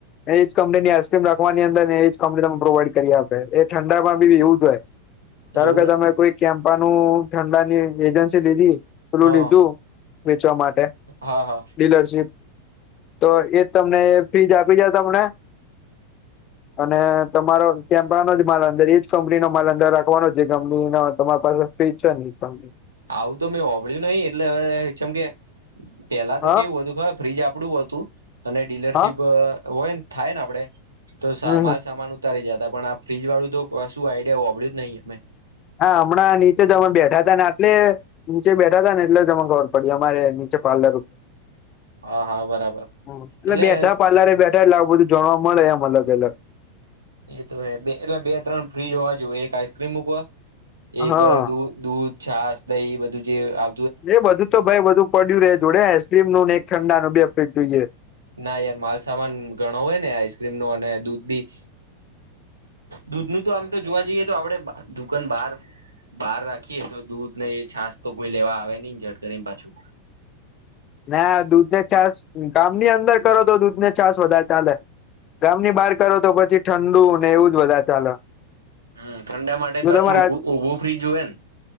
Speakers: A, on the left; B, on the right.
A: એજ કંપનીની આઈસક્રીમ રાખવાની અંદર એજ કંપની તમે પ્રોવાઈડ કરી આપે એ ઠંડામાં બી એવું જ હોય ધારો
B: એવું
A: કે
B: હે?
A: તમે કોઈ કેમપાનું ઠંડાની એજન્સી લીધી પેલુ
B: હા
A: લીધુ વેચવા માટે
B: હા હા
A: ડીલરશીપ તો એ તમને ફ્રીજ આપી જાય તમને અને તમારો કેમ્પાનો જ માલ અંદર એજ કંપની નો માલ અંદર રાખવાનો જે કંપની નો તમારી પાસે ફ્રીજ છે <unintelligible>
B: આવું તો મેં હોભળ્યું નહી એટલે હવે ચેમ કે પેલા
A: હા
B: તો કેવુ હતુ ખબર ફ્રીજ આપ આપડુ હતુ અને ડીલરશીપ
A: હા
B: હોય ને થાય ને આપડે તો
A: હમ
B: માલ સામાન ઉતારી જતા પણ આ ફ્રીજ વાળુ તો શું આઈડિયા હોભડયુ જ નહી મે
A: હા હમણા નીચે જમે બેઠા હતા ને આટલે નીચે બેઠા હતા ને એટલે મને ખબર પડી અમારે નીચે પાર્લર એટલે
B: હા હા બરાબર એટલે
A: બેઠા પાર્લર બેઠા આવું બધું જાણવા મળે એમ અલગ અલગ
B: એ તો હે એટલે બે ત્રણ ફ્રીજ હોવા જોએ એક આઈસ્ક્રીમ મૂકવા એક
A: હા
B: અહ દૂ દૂધ છાસ દહી બધું જે આ
A: એ બધું તો ભાઈ પડ્યુ રે જોડે આઈસક્રીમ નું ને એક ઠંડાનુ બે ફ્રીજ જોઈએ.
B: ના યાર માલસામાન ઘણો હોય ને આઈસ્ક્રીમ નો અને દૂધ બી દૂધ નું તો આમ તો જોવા જઈએ તો આપડે દુકાન બહાર બહાર રાખીએ તો દૂધ ને એ છાસ તો કોઈ લેવા આવે નહી ઝટ કરીને પાછું.
A: ના યાર દૂધને છાસ ગામની અંદર કરો તો દૂધ ને છાસ વધારે ચાલે. ગામ ની બહાર કરો તો પછી ઠંડુ ને એવું જ વધારે ચાલે.
B: હમ ઠંડા માટે
A: જો
B: પાછું
A: તમારે
B: ઉભું ફ્રીજ જોવે ને